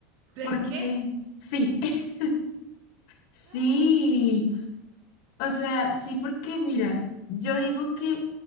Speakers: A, on the right (about 55°); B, on the left (about 65°).
A: ¿De
B: ¿Por
A: qué?
B: qué? Sí, <laughs> sí.
A: No.
B: O sea, sí, porque mira, yo digo que,